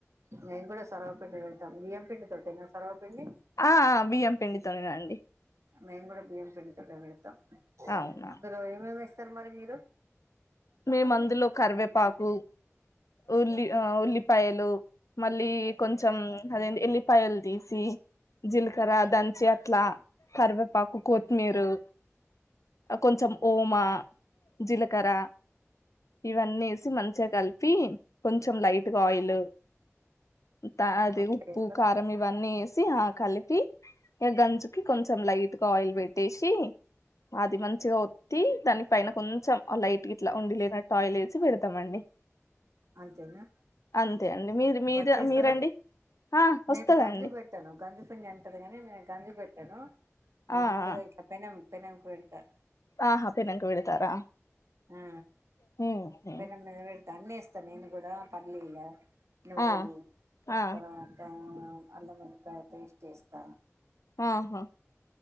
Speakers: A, on the right; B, on the left.
A: మేము కూడా సర్వ పిండి పెడతాం బియ్యం పిండి తో సేనా సర్వ పిండి
B: ఆ బియ్యం పిండితోనేగండి
A: మేం కూడా బయ్యం పిండి తో టే పెడుతాం
B: అవునా
A: అక్క రోయ మే స్ స మరి మీరూ
B: మేము అందులో కరివె ప్ పాకు ఉల్లి ఆ ఉల్లిపాయలు మళ్ళీ కొంచం అదే అండి ఎల్లిపాయల్ తీసి జీల్కర దంచి యా ట్లా కరివేపాకు కొత్తిమీరు కొంచెం ఓమా జిలకర ఇవన్నీ ఏసి మంత్ చ్చ కల్పి కొంచెం లైట్ గా ఆయిలు అంత అదే
A: అట్లే
B: ఉప్పు
A: వేస్తారా
B: ఖారం ఇవన్నీస్ సి హా కలిపి ఇ గంజుకి కొంచెం లైట్ గా ఆయిల్ పెట్టేస్ టి అది మంచిగా వొత్తి దనిక్ కొంచెం ఆ లైటు గిట్లా ఉండి లేనట్టాయిలేసి పెడతామండి
A: అంతేనా
B: అంతే అండి మీరు మీద
A: వచ్చేస్తదా
B: మీరండి ఆ వస్తదండి
A: నేను గంజుకు వెట్టాను గంజు పిండి అంటది గని నేను గంజు పెట్టాను. మామూలుగా
B: ఆ ఆ!
A: ఇట్లా పెనం పెనాంకు వెడ్తా
B: ఆహా పెనం కు పెడతారా
A: ఆ
B: హ్మ్. హ్మ్.
A: పెనం మీద పెడ్తా అన్నేస్ చ నేను గుడా పల్లిల నువ్వులు
B: ఆ ఆ
A: తర్వాత అల్లం వెళ్ళిపాయ పేస్ట్ చేస్తా
B: ఆహా